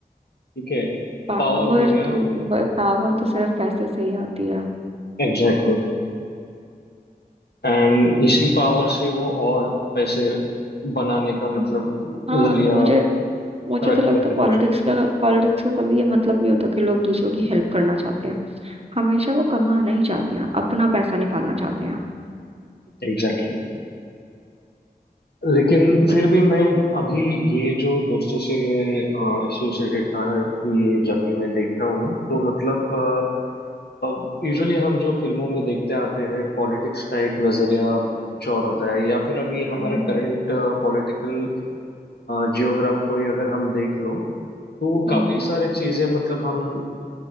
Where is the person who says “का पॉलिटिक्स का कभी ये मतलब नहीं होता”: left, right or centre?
Right